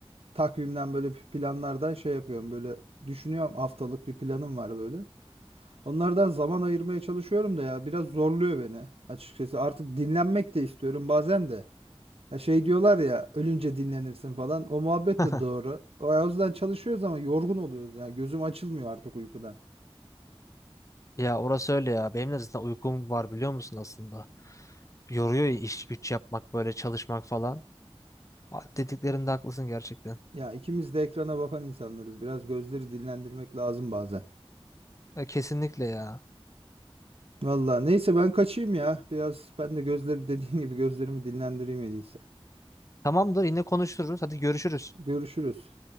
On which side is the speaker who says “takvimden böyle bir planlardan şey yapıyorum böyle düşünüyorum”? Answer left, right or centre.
Right